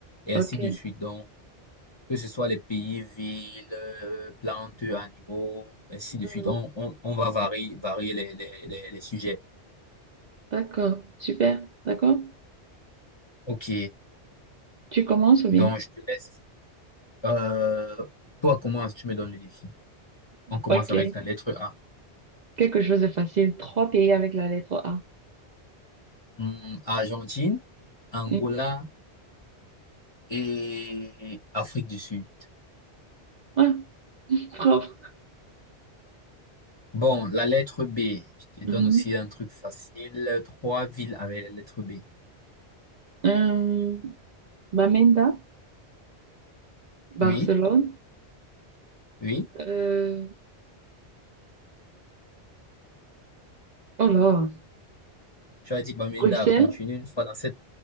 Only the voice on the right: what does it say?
Ok.
Mhm.
D'accord. Super. D'accord.
Tu commences ou bien?
Ok.
Quelque chose de facile. Trois pays avec la lettre A.
Oui.
Ah, propre.
Mhm.
Euh, Bamenda,
Barcelone.
Euh, oh là,
Bruxelles.